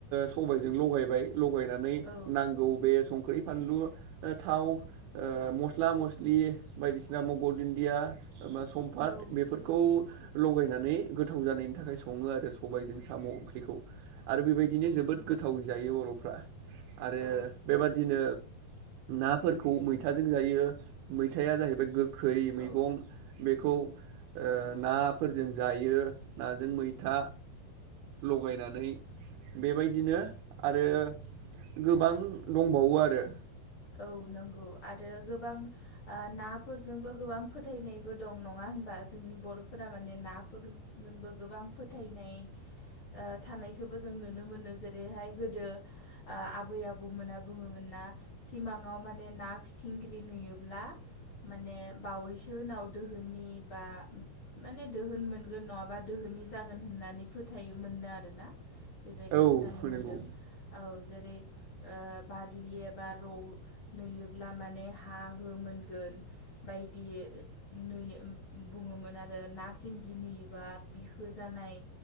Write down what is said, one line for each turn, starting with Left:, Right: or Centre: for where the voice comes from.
Right: सबायजों लगायबाय लगायनानै
Left: औ
Right: नांगौ बे संख्रि फानलु ओ थाव ओ मस्ला-मस्लि बायदिसिना मगर दुन्दिया मा सम्पाद
Left: औ
Right: बेफोरखौ लगायनानै गोथाव जानायनि थाखाय सङो आरो सबायजों साम' ओंख्रिखौ आरो बेबायदिनो जोबोद
Left: नंगौ
Right: गोथाव जायो बर'फ्रा आरो
Left: औ
Right: बेबादिनो नाफोरखौ मैथाजों जायो मैथाया जाहैबाय गोखै
Left: औ
Right: मैगं बेखौ ओ नाफोरजों जायो। नाजों मैथा लगायनानै बेबायदिनो आरो गोबां दंबावो आरो
Left: औ नंगौ आरो गोबां ओ नाफोरजोंबो गोबां फोथायनायबो दं नङा होनबा जोंनि बर'फोरा माने नाफोरजोंबो गोबां फोथायनाय ओ थानायखौबो जों नुनो मोनो जेरैहाय गोदो ओ आबै-आबौमोना बुङोमोन ना सिमाङाव मानि ना फिथिंग्रि नुयोब्ला माने बावैसो उनाव दोहोननि बा माने दोहोन मोनगोन नङाबा दोहोन दि जागोन होननानै फोथायोमोननो आरोना बेबायदि
Right: औ
Left: खोनानो मोनदों
Right: नंगौ
Left: औ जेरै बारलि एब बा रौ नुयोब्ला माने हा हो नुगोन बायदि बै उम बुङोमोन आरो ना सिंगि नुयोबा बिखो जानाय